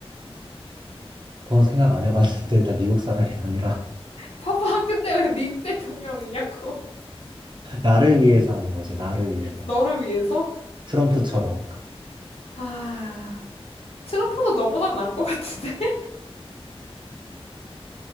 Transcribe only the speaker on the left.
<laughs> 봐봐, 근데 왜 미국 대통령이냐고.
<laughs> 너를 위해서?
아, 트럼프도 너보단 나은 것 같은데? <laughs>